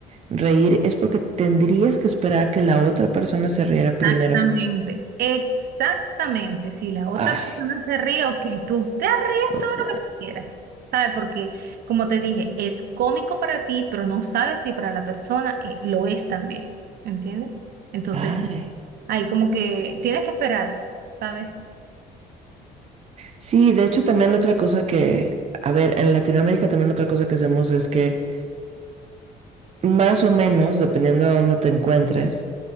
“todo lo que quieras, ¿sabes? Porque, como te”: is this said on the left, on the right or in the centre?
Right